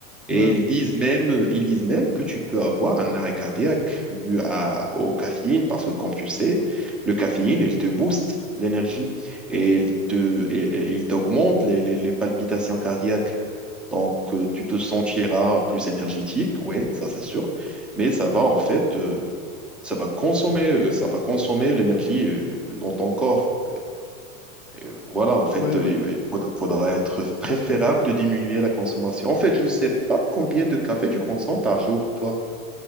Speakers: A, on the left; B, in the centre.
A: oui,
B: Et ils disent même, ils disent même que tu peux avoir un arrêt cardiaque dû à, au caféine parce que, comme tu sais, le caféine, il te booste l'énergie et il te, et- et il t'augmente les, les- les palpitations cardiaques. Donc, euh, tu te sentiras plus énergétique, oui, ça c'est sûr, mais ça va en fait, euh, ça va consommer, euh, ça va consommer l'énergie euh, dans ton corps. Et Voilà, en fait,
A: oui,
B: euh,
A: oui.
B: il faud- faudra être préférable de diminuer la consommation. En fait, je ne sais pas combien de café tu consommes par jour, toi.